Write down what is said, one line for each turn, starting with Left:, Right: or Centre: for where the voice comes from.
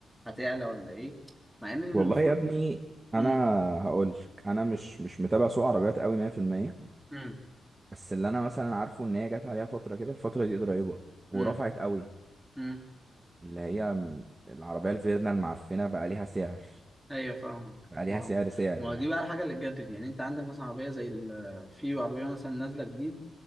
Centre: هتعلى ولا إيه مع إن المفروض
Right: والله يا ابني انا
Centre: مم.
Right: هقول لك انا مش مش متابع سوق عربيات قوي 100%
Centre: مم.
Right: بس اللي انا مثلا عارفه ان هي جت عليها فتره كده الفتره دي قريبه
Centre: مم.
Right: ورفعت قوي
Centre: مم.
Right: اللي هي م- العربيه الفيرنا المعفنه بقى ليها سعر
Centre: ايوه فاهمك
Right: بقى
Centre: ما
Right: ليها سعر سعر
Centre: ما
Right: يعني
Centre: هو دي بقى الحاجه اللي تجدد يعني انت عندك مثلا عربيه زي ال... في عربيه مثلا نازله جديد